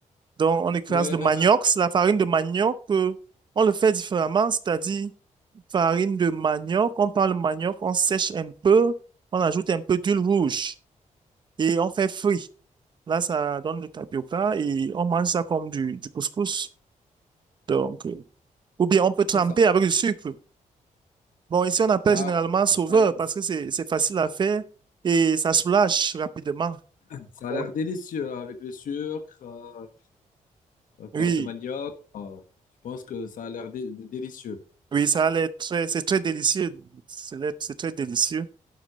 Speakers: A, on the right (about 35°); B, on the left (about 85°).
A: Donc, on écrase
B: Ouais,
A: le manioc. C'est La farine de manioc, euh, on le fait différemment, c'est-à-dire farine de manioc. On prend le manioc, on sèche un peu, on ajoute un peu d'huile rouge et on fait frit. Là, ça donne le tapioca et on mange ça comme du, du couscous. Donc, euh, Ou bien on peut tremper
B: c'est ça.
A: avec du sucre. Bon, ici on appelle
B: Ah,
A: généralement sauveur
B: ça a l'air
A: parce que c'est c'est facile à faire et ça soulage rapidement.
B: ça
A: Bon.
B: a l'air délicieux hein, avec le sucre, euh, euh, pâte
A: Oui,
B: de manioc. euh, je pense que ça a l'air dé- dé- délicieux.
A: oui, ça a l'air très, c'est très délicieux. C'est l'air- c'est très délicieux.